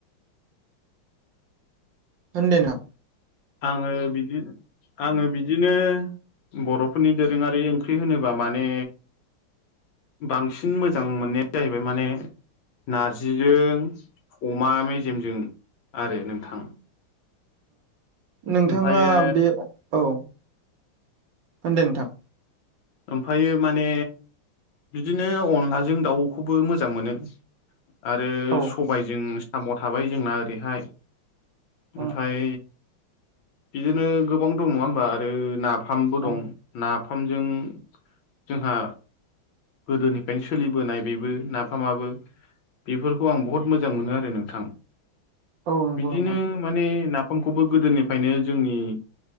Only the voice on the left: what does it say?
आङो बिदि आङो बिदिनो बर'फोरनि दोरोङारि ओंख्रि होनोब्ला माने बांसिन मोजां मोननाया जाहैबाय माने नारजिजों अमा मेजेमजों आरो नोंथां
ओमफ्रायो
ओमफ्रायो माने बिदिनो अनलाजों दाउखौबो मोजां मोनो आरो
सबायजों साम थाबाय जोंना ओरैहाय ओमफ्राय
बिदिनो गोबां दं नङा होमबा आरो नाफामबो
दं नाफामजों जोंहा गोदोनिफ्रायनो सोलिबोनाय बेबो नाफामाबो बेफोरखौ आं बहुत मोजां मोनो आरो नोंथां
बिदिनो
माने नाफामखौबो गोदोनिफ्रायनो जोंनि